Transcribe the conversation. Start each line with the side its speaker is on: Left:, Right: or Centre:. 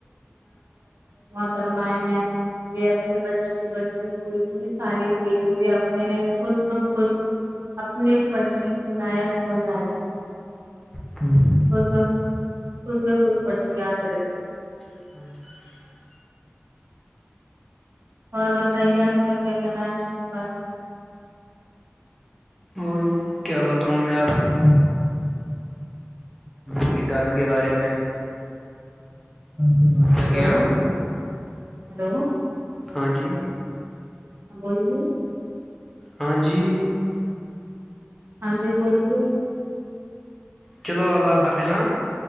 Right: فرمائے ہیں یہ اپنے بچی بچوں کو اتنی تعلیم دیں کہ اپنے خود بہ خود اپنے پڑھنے کے لائق ہو جائیں
Centre: <inaudible>
Right: خود بہ خود خود بہ خود پڑھ لیا کریں
Centre: <inaudible>
Right: اور بتائیے آپ کا کیا کہنا ہے اس کے بارے میں
Centre: اور کیا بتاؤں میں آپ کو <unintelligible> کی تعلیم کے بارے میں سے بات کر
Right: ہلو
Centre: کے ہاں
Right: ہلو
Centre: ہاں جی
Right: ہاں بولیے
Centre: ہاں جی
Right: ہاں جی بولیے
Centre: چلو اللہ حافظ ہاں